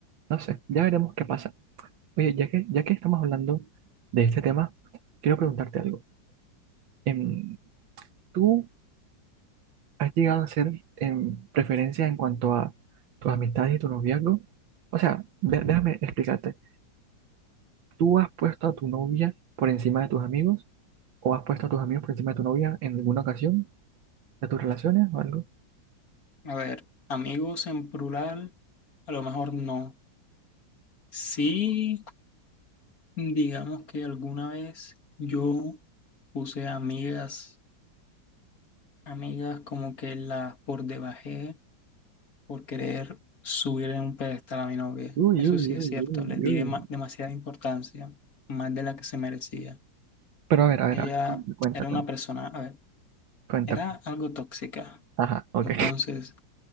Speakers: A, on the right; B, on the left.
A: no sé, ya veremos qué pasa. Oye, ya que, ya que estamos hablando de este tema, quiero preguntarte algo. Em, ¿tú has llegado a hacer em, preferencias en cuanto a tus amistades y tu noviazgo? O sea, de- déjame explicarte. ¿Tú has puesto a tu novia por encima de tus amigos? ¿O has puesto a tus amigos por encima de tu novia en alguna ocasión de tus relaciones o algo?
B: A ver, amigos en plural, a lo mejor no. Sí. Digamos que alguna vez yo puse amigas, amigas como que las por debajé por querer subir en un pedestal a mi novia.
A: Uy,
B: Eso
A: uy,
B: sí es
A: uy,
B: cierto,
A: uy,
B: les di
A: uy.
B: dema- demasiada importancia, más de la que se merecía.
A: Pero a ver, a ver,
B: Ella
A: a ver, cuenta, cuenta,
B: era
A: cuenta,
B: una persona, a ver,
A: cuenta.
B: era algo tóxica.
A: Ajá, ok,
B: Entonces,